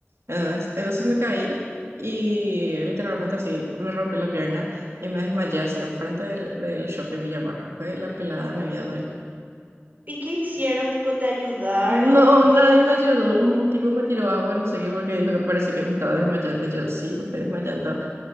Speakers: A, on the right; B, on the right.
A: Entonces, entonces me caí y literalmente así me rompí la pierna y me desmayé así enfrente del, del shopping Villamarra. Fue la pelada de mi vida por ahí.
B: ¿Y qué hicieron? Tipo, ¿te ayudaron?
A: No,
B: ¿Te
A: nadie
B: dijeron?
A: me ayudó. Un tipo me tiró agua, no sé qué, porque dijo que parece que me estaba desmayando. Y yo, sí, me estoy desmayando.